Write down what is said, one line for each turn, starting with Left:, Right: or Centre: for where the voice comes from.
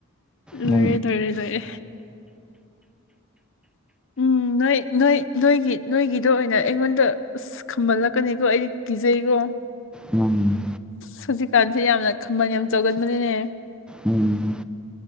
Left: ꯂꯣꯏꯔꯦ
Centre: ꯃ
Left: ꯂꯣꯏꯔꯦ ꯂꯣꯏꯔꯦ ꯎꯝ ꯅꯣꯏ ꯅꯣꯏ ꯅꯣꯏꯒꯤ ꯅꯣꯏꯒꯤꯗ ꯑꯣꯏꯅ ꯑꯩꯉꯣꯟꯗ ꯑꯁ ꯑꯁ ꯈꯝꯍꯜꯂꯛꯀꯅꯤꯀꯣ ꯑꯩꯗꯤ ꯀꯤꯖꯩꯀꯣ
Centre: ꯎꯝ
Left: ꯁꯨꯖꯤꯀꯥꯟꯁꯦ ꯌꯥꯝꯅ ꯈꯃꯟ ꯌꯥꯝ ꯆꯥꯎꯒꯟꯕꯅꯤꯅꯦ
Centre: ꯎꯝ